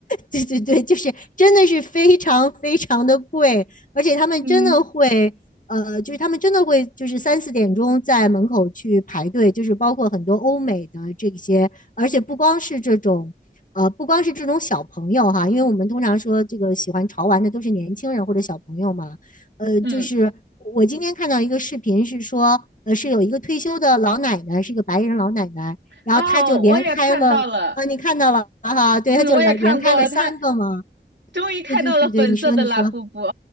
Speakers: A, on the left; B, on the right.
A: 对对对，就是真的是非常非常的贵，而且他们真的会，
B: 嗯
A: 呃，就是他们真的会，就是三四点钟在门口去排队，就是包括很多欧美的这些，而且不光是这种。呃，不光是这种小朋友哈，因为我们通常说这个喜欢潮玩的都是年轻人或者小朋友嘛。呃，
B: 嗯
A: 就是我今天看到一个视频是说，呃，是有一个退休的老奶奶，是一个白人老奶奶，然后她就连开了啊，
B: 哦，我也看到了，
A: 你看到了哈，对，
B: 嗯，
A: 他就来连开了三个嘛，
B: 我也看过，他终于看到了粉色的拉布布，
A: 对对对对，你说你说，